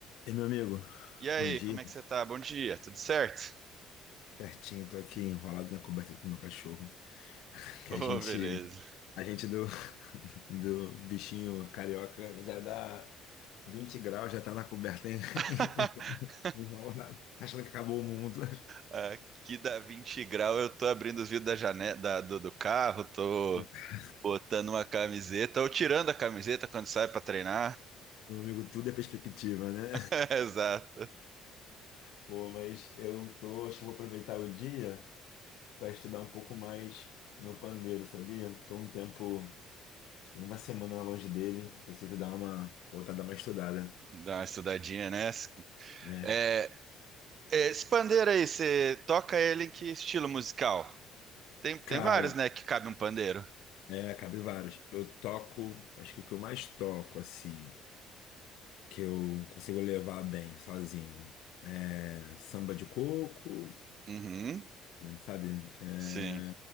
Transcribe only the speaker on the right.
E aí,
como é que você tá? Bom dia, tudo certo?
Ô,
beleza.
<laughs>
Aqui dá 20 graus, eu tô abrindo os vidros da janela, da- do, do carro, tô
botando uma camiseta, ou tirando a camiseta quando sai pra treinar.
<laughs> Exato.
Dá uma estudadinha nessa.
É, é, esse pandeiro aí, você toca ele em que estilo musical? Tem, tem
vários, né, que cabe um pandeiro.
Uhum,
sim.